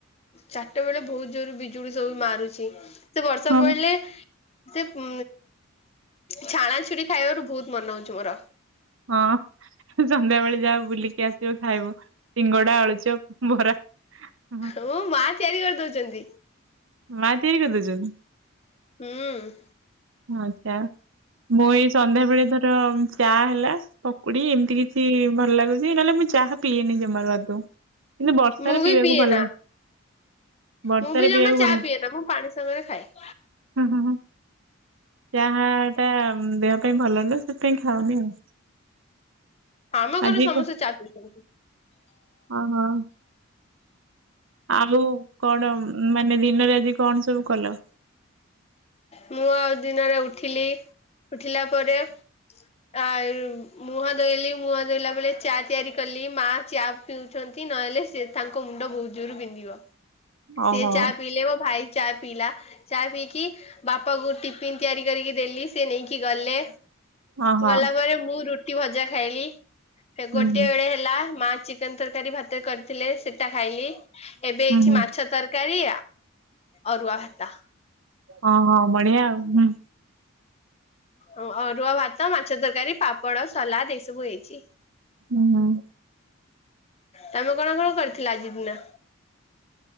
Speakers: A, on the left (about 30°); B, on the right (about 70°).
A: ଚାରିଟା ବେଳେ ବହୁତ ଜୋରୁରେ ବିଜୁଳି ସବୁ ମାରୁଚି। ସେ ବର୍ଷା
B: ହଁ।
A: ପଡିଲେ ସେ ଉ ଛାଣାଛୁଡି ଖାଇବାକୁ ବହୁତ ମନେ ହଉଚି ମୋର।
B: ହଁ ସନ୍ଧ୍ୟା ବେଳେ ଯାଅ ବୁଲିକି ଆସିବ ଖାଇବ ସିଙ୍ଗଡା ଆଳୁଚପ୍। ବରା ହ।
A: ହଁ ମା ତିଆରି କରିଦଉଚନ୍ତି।
B: ମା ତିଆରି କରି ଦଉଚନ୍ତି?
A: ହୁଁ।
B: ଆଚ୍ଛା ମୁଇ ଏ ସନ୍ଧ୍ୟା ବେଳେ ଧର ଚା ହେଲା ପକୁଡି ଏମିତି କିଛି ଭଲ ଲାଗୁଚି। ନହେଲେ ମୁଁ ଚାହା ପିଇଏନି ଜମାରୁ ବାଦ କିନ୍ତୁ ବର୍ଷାରେ
A: ମୁଁ ବି
B: ପିଇବାକୁ
A: ପିଏ
B: ଭଲ।
A: ନା
B: ବର୍ଷାରେ
A: ମୁଁ ବି ଜମା
B: ପିଇବାକୁ
A: ଚା
B: ଭଲ
A: ପିଏନା ମୁଁ ପାଣି ସାଙ୍ଗରେ ଖାଏ।
B: ଅ ହଁ ହଁ। ଚାହା ଟା ଦେହ ପାଇଁ ଭଲ ନୁହେଁ ସେଥିପାଇଁ ଖାଉନି ଆଉ।
A: ଆମ ଘରେ
B: ଆଜି
A: ସମସ୍ତେ ଚା ପିଉଛନ୍ତି।
B: ଅ ହଁ। ଆଉ କଣ ମାନେ ଦିନରେ ଆଜି କଣ ସବୁ କଲ?
A: ମୁଁ ଆଉ ଦିନରେ ଉଠିଲି ଉଠିଲା ପରେ ଆ ମୁହଁ ଧୋଇଲି। ମୁହଁ ଧୋଇଲା ବେଳେ ଚା ତିଆରି କଲି। ମା ଚା ପିଉଚନ୍ତି ନହେଲେ ସେ ତାଙ୍କ ମୁଣ୍ଡ ବହୁତ ଜୋରରୁ ବିନ୍ଧିବ। ସିଏ
B: ଓହୋ
A: ଚା ପିଇଲେ। ମୋ ଭାଇ ଚା ପିଇଲା। ଚା ପିଇକି ବାପା କୁ ଟିଫିନ ତିଆରି କରିକି ଦେଲି ସେ ନେଇକି ଗଲେ।
B: ଓହୋ
A: ଗଲା ପରେ ମୁଁ ରୁଟି ଭଜା ଖାଇଲି।
B: ହୁଁ
A: ଗୋଟେ
B: ହୁଁ
A: ବେଳେ ହେ ଲା ମା ଚିକେନ ତରକାରୀ ଭାତରେ କରିଥିଲେ, ସେଟା ଖାଇଲି। ଏବେ
B: ହୁଁ
A: ହେଇ
B: ହୁଁ
A: ମାଛ ତରକାରୀ, ଅରୁଆ ଭାତ।
B: ହଁ ହଁ ବଢିଆ ଆଉ।
A: ହଁ ଅରୁଆ ଭାତ, ମାଛ ତରକାରୀ, ପାପଡ, ସଲାଡ ଏଇ ସବୁ ହେଇଚି।
B: ହୁଁ ହୁଁ।
A: ତମେ କଣ କଣ କରିଥିଲ ଆଜି ଦିନ?